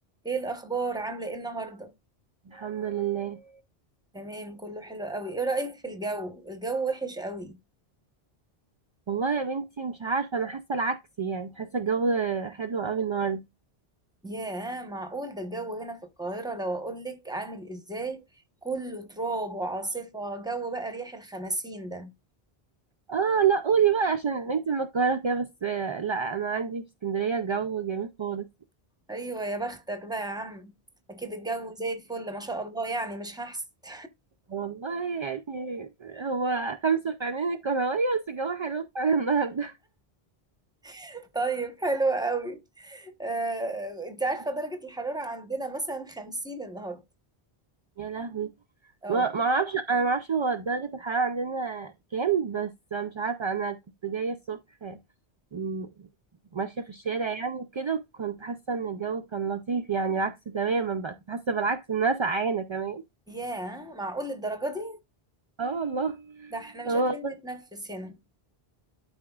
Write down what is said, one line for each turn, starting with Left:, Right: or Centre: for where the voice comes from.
Centre: ايه الاخبار عامله ايه النهارده
Right: الحمد لله
Centre: تمام كله حلو قوي ايه رايك في الجو الجو وحش قوي
Right: والله يا بنتي مش عارفة أنا حاسة العكس يعني حاسة الجو حلو قوي النهاردة
Centre: ياه معقول ده الجو هنا في القاهره لو اقول لك عامل ازاي كله تراب وعاصفه جو بقى ريح الخمسين ده
Right: اه لا قولي بقى عشان انتي من القاهرة كده بس آه، لا أنا عندي في اسكندرية جو جميل خالص
Centre: ايوه يا بختك بقى يا عم اكيد الجو زي الفل ما شاء الله يعني مش هحسد
Right: والله يعني هو خمسة في عينين الكروية بس الجو حلو فعلا النهاردة
Centre: <laughs> طيب حلو قوي آه، انت عارفه
Right: <laughs>
Centre: درجه الحراره عندنا مثلا خمسين النهارده
Right: يا لهوي
Centre: اه
Right: ما ما اعرفش انا ما اعرفش هو درجة الحرارة عندنا كام بس مش عارفة انا كنت جاية الصبح م- ماشية في الشارع يعني وكده كنت حاسة ان الجو كان لطيف يعني العكس تماما بقى كنت حاسة بالعكس ان انا سقعانة كمان
Centre: ياه معقول الدرجه دي
Right: اه والله
Centre: ده احنا مش
Right: هو
Centre: قادرين
Right: بس
Centre: نتنفس هنا